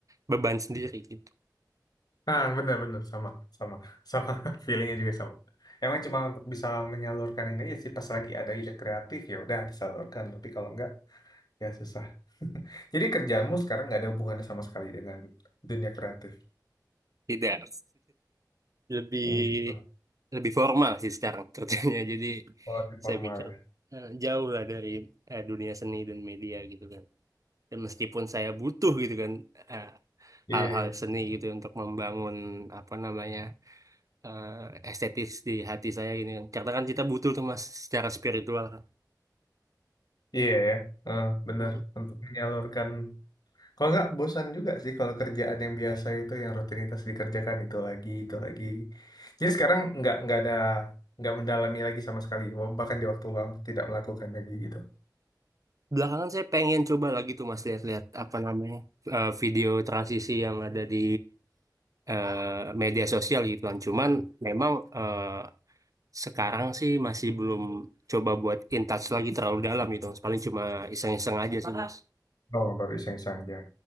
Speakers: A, on the right; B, on the left.
A: beban sendiri gitu
B: Nah benar-benar sama, sama, sama. <laughs> Feelingnya juga sama. Emang cuma untuk bisa menyalurkan ini aja sih pas lagi ada ide kreatif ya udah disalurkan. Tapi kalau nggak ya susah. Jadi kerjaanmu sekarang nggak ada hubungannya sama sekali dengan dunia kreatif.
A: tidak <laughs> lebih
B: Hmm, gitu.
A: lebih formal sih sekarang kerjanya <laughs> jadi
B: Kalau di formal
A: saya pikir
B: ya. <laughs>
A: eh, jauh lah dari eh, dunia seni dan media gitu kan dan meskipun saya butuh gitu kan eh,
B: Iya,
A: hal-hal
B: iya,
A: seni gitu untuk membangun apa namanya eh, estetis di hati saya ini, kan. Karena kan kita butuh tuh mas secara spiritual kan.
B: Iya, ya. Eh, benar.
A: Mm.
B: Untuk menyalurkan. Kalau nggak bosan juga sih kalau kerjaan yang biasa itu, yang rutinitas dikerjakan itu lagi, itu lagi. Jadi sekarang nggak nggak ada nggak mendalami lagi sama sekali. Bahkan di waktu luang tidak melakukan lagi gitu.
A: Belakangan saya pengen coba lagi tuh mas lihat-lihat apa namanya eh, video transisi yang ada di eh, media sosial gitu kan. Cuman memang eh, sekarang sih masih belum coba buat in touch lagi terlalu dalam gitu mas. Paling cuma iseng-iseng aja sih mas.
B: Oh, baru iseng-iseng aja.